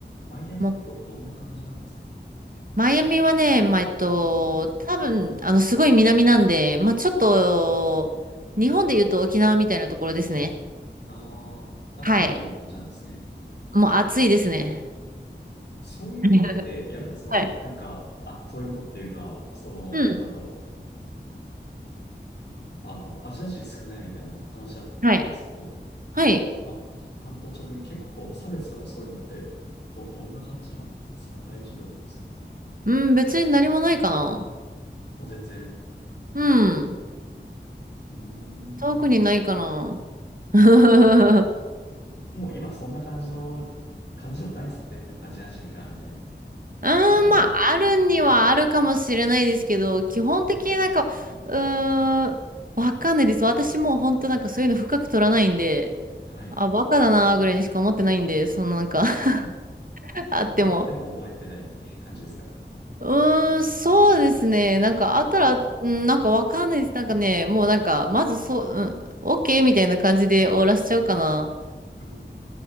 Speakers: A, on the left; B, on the right.
A: マイアミってど、
B: もう、
A: どんな感じなんですか
B: マイアミはね、まあ、えっと、
A: うん。
B: 多分、あの、すごい南なんで、まあちょっと、日本で言うと沖縄みたいなところですね。
A: ああ、あったかい感じなんですね。
B: はい。もう暑いですね。
A: そういうとこって、
B: <laughs>
A: いや、その、
B: はい。
A: なんか、あ、そういうとこっていうか、その、
B: うん。
A: なんだろう。あの、アジア人少ないみたいな話あったと思うんですけど、
B: はい。はい。
A: こう、まあ、担当直入に結構こう、差別とかそういうのって、ど、どんな感じなんですか大丈夫なんですか
B: うん、別に何もないかな。
A: もう全然。
B: うん。
A: うーん。
B: 特にないかな。<laughs> う
A: もう今そんな感じの、感じでもないんですかねなんかアジア人が、みたいな。
B: ーん、
A: どこでも。
B: まあ、あるにはあるかもしれないですけど、基本的になんか、うーん、わかんないです。私もう本当なんかそういうの深く取らないんで、
A: はい。
B: あ、バカだなーぐらいにしか思ってないんで、そのなんか
A: うん。
B: <laughs> あっても。
A: まあ、あっても覚えてないっていう感じですかね。
B: うーん、そうですね。なんかあったら、
A: うん。
B: うん、なんかわかんないです。なんかね、もうなんか、まずそう、うん、オッケーみたいな感じで終わらしちゃうかな。
A: うん。